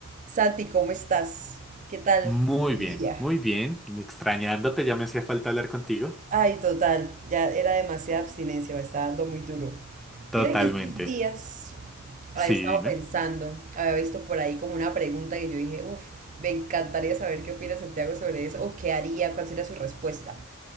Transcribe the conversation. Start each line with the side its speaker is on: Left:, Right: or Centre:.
Right: Santi, ¿cómo estás? ¿Qué tal
Centre: Muy
Right: tu
Centre: bien,
Right: día?
Centre: muy bien. Extrañándote, ya me hacía falta hablar contigo.
Right: Ay, total, ya era demasiada abstinencia, me está dando muy duro.
Centre: Totalmente.
Right: Mira que estos días había
Centre: Sí,
Right: estado
Centre: dime.
Right: pensando, había visto por ahí como una pregunta que yo dije, uff, me encantaría saber qué opina Santiago sobre eso o qué haría, cuál sería su respuesta.